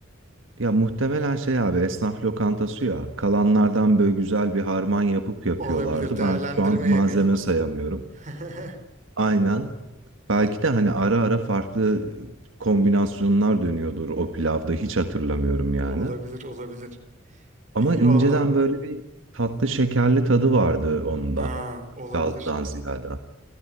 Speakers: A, on the right; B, on the right.
A: Ya muhtemelen şey abi esnaf lokantası ya. Kalanlardan böyle güzel bir harman yapıp yapıyorlardı.
B: Olabilir. Değerlendirme
A: Ben şu an
B: yemeği.
A: malzeme sayamıyorum.
B: <laughs>
A: Aynen. Belki de hani ara ara farklı kombinasyonlar dönüyordur o pilavda hiç hatırlamıyorum yani.
B: Olabilir olabilir.
A: Ama
B: İyi
A: inceden
B: valla.
A: böyle bir tatlı şekerli tadı vardı onun
B: Ha
A: da.
B: olabilir.
A: Yağlıdan ziyade.